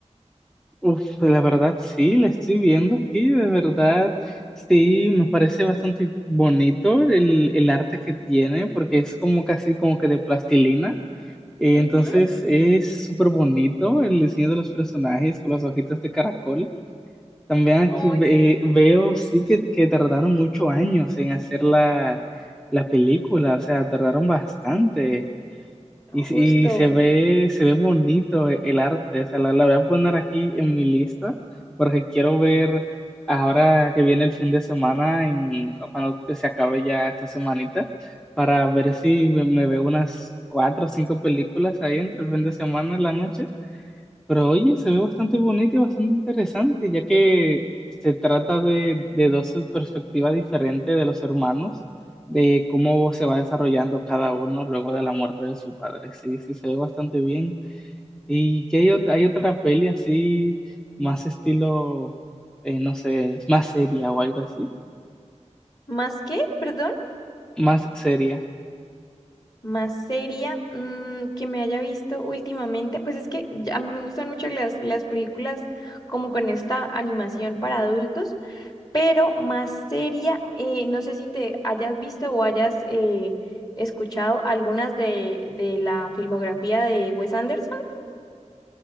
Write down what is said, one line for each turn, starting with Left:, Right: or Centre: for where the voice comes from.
Centre: Uf, pues, la verdad sí, la estoy viendo aquí, de verdad sí, me parece bastante bonito el, el arte que tiene, porque es como casi como que de plastilina, eh,
Left: Ujú.
Centre: entonces es súper bonito el diseño de los personajes con los ojitos de caracol. También aquí
Left: Ay,
Centre: ve-
Left: sí.
Centre: veo sí que, que tardaron muchos años en hacer la, la película, o sea, tardaron bastante. Y, se-
Left: Justo.
Centre: y se ve, se ve bonito e- el arte, o sea, la, la voy a poner aquí en mi lista porque quiero ver ahora que viene el fin de semana, en- cuando se acabe ya esta semanita, para ver si me, me veo unas cuatro o cinco películas ahí entre el fin de semana y la noche pero oye, se ve bastante bonito y bastante interesante, ya que se trata de, de dos perspectivas diferentes de los hermanos, de cómo se va desarrollando cada uno luego de la muerte de su padre. Sí, sí, se ve bastante bien. Y que hay, ot- hay otra peli así, más estilo, eh, no sé, más seria o algo así,
Left: ¿Más qué? Perdón.
Centre: más seria.
Left: Más seria mm, que me haya visto últimamente, pues es que ya- a mí me gustan mucho las, las películas como con esta animación para adultos, pero más seria, eh, no sé si te hayas visto o hayas eh, escuchado algunas de, de la filmografía de Wes Anderson.